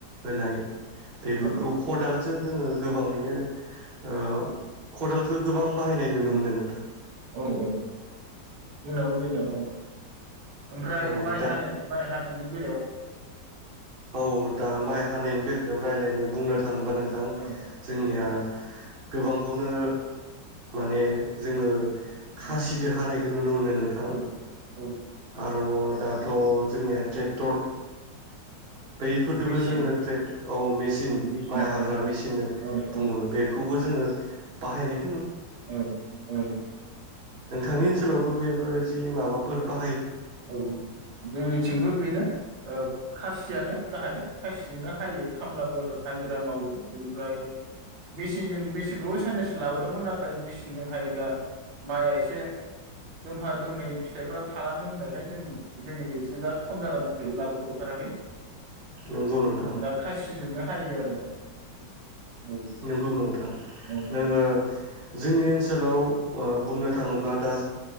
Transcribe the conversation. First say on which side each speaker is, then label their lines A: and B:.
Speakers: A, on the right; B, on the right.
A: होनाय बेफोरखौ
B: औ
A: खदाल जों जोङो गोबाङैनो ओ खदालखौ गोबां बाहायनाय नुनो
B: औ
A: मोनो नोंथां
B: औ औ जोंनावबो बेनो औ। ओमफ्राय
A: औ
B: माइ
A: दा
B: हानाय माइ हानायनि बेलायाव,
A: औ दा माइ हानायनि बेलायाव रायज्लायनो बुंनो था थांबा नोंथां
B: औ
A: जोंनिया गोबांखौनो माने जोङो खासिदो
B: औ
A: हानायखौ नुनो मोनो नोंथां
B: औ औ
A: हा रं दाथ' जोंनिया ट्रेक्टर बैफोरदोबो
B: मेचिन
A: जोङो ट्रेक्टर औ मेसिन
B: मेचिना
A: माइ हाग्रा
B: औ
A: मेसिन
B: औ
A: बुङो
B: औ
A: बेखौबो जोङो बाहायनाय
B: औ औ
A: नोंथांनि ओनसोलावबो बेबायदि माबाफोर बा
B: औ जोंनिथिंबो बेनो ओ खासियानो गाहाय खासिजोंनो हायो खामलाफोर हाजिरा मावो बेनिफ्राय मेसिनजों मेसिनखौबो साइनाससो लाबोदोंमोन नाथाय मेचिनजों हायोब्ला माइआ एसे दोंफा दोंनै फिथाइफ्रा थालाङो होननाय खाय जों जोंनिखि एसे दा खम जाना दंथ'यो लाबोथ'थाराखै।
A: नंगौ नोंथां
B: दा खासिजों नो हायो आरो। औ
A: नंगौ नोंथां
B: औ औ
A: नोङो जोंनि ओनसोलाव अह बुंनो थाङोब्ला दा